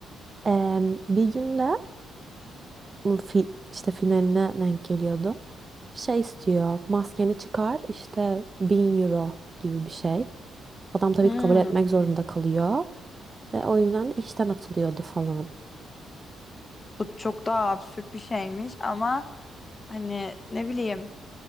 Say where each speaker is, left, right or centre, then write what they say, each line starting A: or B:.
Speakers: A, on the right; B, on the left.
A: Eee, bir günde bu fi, işte finaline denk geliyordu. Şey istiyor, maskeni çıkar işte 1000 euro gibi bir şey. Adam tabii
B: hmm,
A: ki kabul etmek zorunda kalıyor ve o yüzden de işten atılıyordu falan.
B: bu çok daha absürt bir şeymiş ama hani ne bileyim